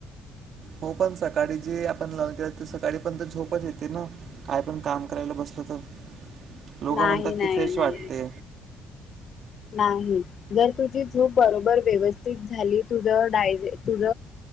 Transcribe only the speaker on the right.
हो पण सकाळी जे आपण लन केलं ते सकाळी पण तर झोपच येते ना. काय पण काम करायला बसत तर लोक
म्हणतात
की फ्रेश
वाटते.